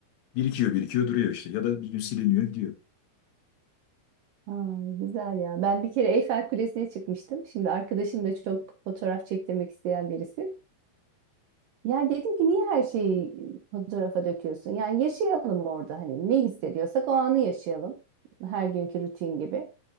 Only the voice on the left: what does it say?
e, Birikiyor, birikiyor, duruyor işte. Ya da bir gün siliniyor, gidiyor.